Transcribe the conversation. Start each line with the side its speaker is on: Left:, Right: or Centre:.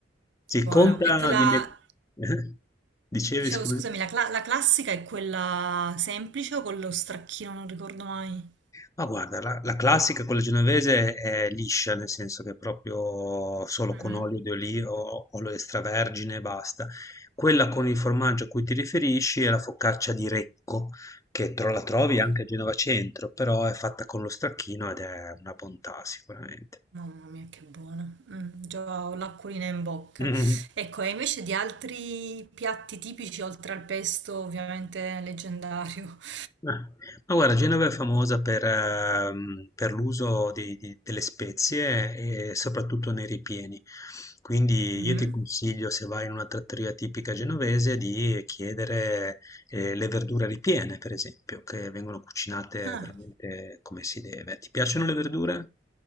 Left: Sì,
Right: Buona,
Left: conta
Right: è quella,
Left: di mettere. <laughs> Dicevi,
Right: dicevo
Left: scusa.
Right: scusami, la, cla- la classica è quella semplice o con lo stracchino, non ricordo mai.
Left: Ma guarda, la, la classica, quella genovese, è liscia, nel senso che è proprio solo
Right: Mhm.
Left: con olio di olivo, olio extravergine e basta. Quella con il formaggio a cui ti riferisci è la focaccia di Recco, che tro- la trovi
Right: Ah, greco.
Left: anche a Genova Centro, però è fatta con lo stracchino ed è una bontà sicuramente.
Right: Mamma mia, che buona. Mm, già ho l'acquolina in bocca.
Left: <laughs>
Right: Ecco, e invece di altri piatti tipici, oltre al pesto, ovviamente leggendario. <laughs>
Left: Ah, Ma guarda, Genova è famosa per, ehm, per l'uso di- di- delle spezie e soprattutto nei ripieni. Quindi
Right: Mhm.
Left: io ti consiglio, se vai in una trattoria tipica genovese, di chiedere eh, le verdure ripiene, per esempio, che vengono cucinate
Right: Ah,
Left: veramente come si deve. Ti piacciono le verdure?